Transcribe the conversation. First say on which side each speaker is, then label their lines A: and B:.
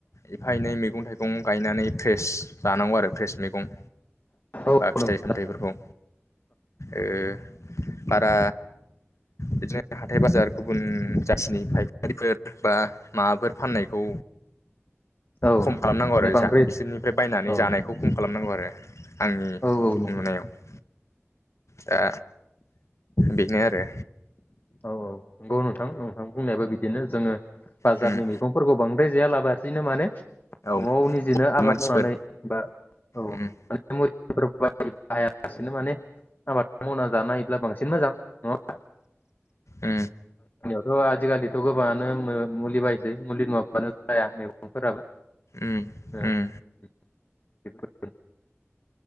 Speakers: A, on the left (about 80°); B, on the left (about 40°).
A: एफा एनै मैगं थाइगं गायनानै फ्रेस जानांगौ आरो फ्रेस मैगं
B: औ
A: बा
B: नंगौ
A: फिथाइ सामथाइफोरखौ ओ बारा बिदिनो हाथाइ बाजार गुबुन जाथिनि फायखारिफोर बा माबाफोर फाननायखौ
B: औ
A: खम खालामनांगौ
B: माने
A: आरो
B: बांद्राय
A: जा बिसोरनिफ्राय बायनानै
B: औ
A: जानायखौ खम खालामनांगौ आरो बे आंनि
B: औ नंगौ।
A: नुनायाव दा बेनो आरो
B: औ औ नंगौ नोंथां नोंथां बुंनायाबो बिदिनो जोङो बाजारनि
A: उम
B: मैगंफोरखौ बांद्राय जायालाब बासिनो माने
A: औ
B: न'आव निजेनो आबाद
A: मानसिफोर
B: मावनानै बा औ <unintelligible>
A: उम
B: <unintelligible> माने आबाद मावना जानो हायोब्ला बांसिन मोजां नङा ओमबा?
A: ओ
B: थ' आजिखालिथ' गोबाङानो मुलि बायसै मुलि नङाब्लानो जाया मैगंफोराबो
A: उम
B: ओ
A: उम
B: <unintelligible>